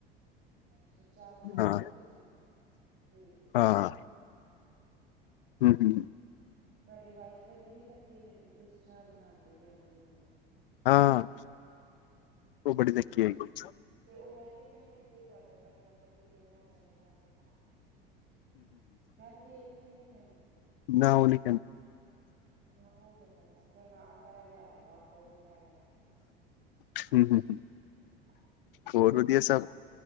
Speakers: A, on the right; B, on the left.
A: ਅੱਛਾ ਅੱਛਾ। ਚਾਹ ਬਣਾ ਰਹੇ
B: ਹਾਂ
A: ਹੋ ਤੁਸੀਂ, ਠੀਕ ਹੈ ਠੀਕ
B: ਹਾਂ
A: ਹੈ‌।
B: ਹੂੰ ਹੂੰ
A: ਤੁਹਾਡੀ ਵਾਈਫ ਤਾਂ ਬੜੀ ਲੱਕੀ ਹੋਏਗੀ, ਤੁਸੀਂ ਚਾਹ ਬਣਾ ਕੇ ਪਿਆਂਦੇ ਹੋ।
B: ਹਾਂ, ਉਹ ਬੜੀ ਲੱਕੀ ਆਈ ਗਈ।
A: ਤੇ ਉਹ ਇਹ ਨੀ ਕਹਿੰਦੀ ਕਿ ਤੁਹਾਡੇ ਵਰਗਾ ਪਤੀ ਕਿੰਨਾ ਚੱਗਾ ਐ ਵੇਖੋ। ਕਹਿੰਦੀ ਏ ਕਿ ਨਹੀਂ ਕਹਿੰਦੀ?
B: ਨਾ ਉਹ ਨੀ
A: ਹਾਂ ਉਹ ਤੇ ਪਤਾ ਜੋ ਨਾਲ ਰਹਿ ਰਿਹਾ ਹੋਏਗਾ ਉਹ ਥੋੜੀ ਕਏਗਾ।
B: ਹਮ ਹਮ ਹਮ।
A: <inaudible>
B: ਹੋਰ ਵਧੀਆ ਸਭ?